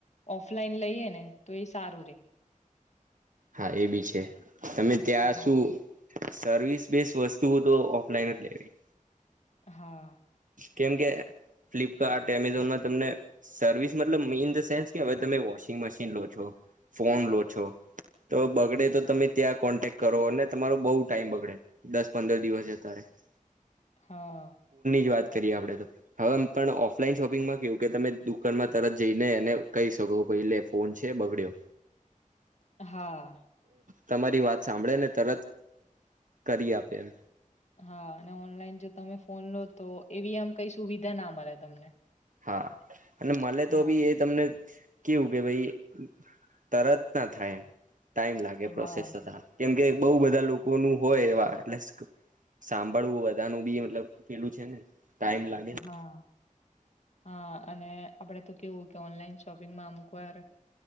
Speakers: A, on the left (about 55°); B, on the right (about 70°).
A: ઓફલાઈન લઈએ ને તો એ સારું રહે.
B: હા એબી છે. તમે ત્યાં
A: હા,
B: શું સર્વિસ બેઇઝ વસ્તુઓ તો ઓફલાઈન જ લેવી.
A: હા.
B: કેમ કે ફ્લિપકાર્ટ, એમેઝોનમાં તમને સર્વિસ મતલબ ઇન ધ સેન્સ કે હવે તમે વોશિંગ મશીન લો છો. ફોન લો છો. તો બગડે તો તમે ત્યાં કોન્ટેક કરો? અને તમારો બહુ ટાઈમ બગડે દસ-પંદર દિવસ જતાં રહે. <inaudible>
A: હા.
B: વાત કરીએ આપણે તો. હવે ઓફલાઈન શોપિંગમાં કેવુ કે તમે દુકાનમાં તરત જઈને એને કહી શક બહુ પહલે ફોન છે. બગડ્યો
A: હા.
B: તમારી વાત સાંભળેને, તરત કરી આપે એમ.
A: હા, અને ઓનલાઈન જો તમે ફોન લો તો, એવી આમ કંઈ સુવિધા ના મળે તમને.
B: હા. અને મળે
A: હા.
B: તો બી એ તમને કેવું કે ભાઈ તરત ના થાય એમ. ટાઈમ લાગે
A: હા,
B: પ્રોસેસ થતા કેમ કે બહુ બધા લોકોનું હોય, એવા <unintelligible> સાંભળવું બધાનું બી મતલબ પેલું છેને. ટાઈમ લાગેને
A: હા, હા, અને આપણે તો કેવું કે ઓનલાઈન શોપિંગમાં અમુકવાર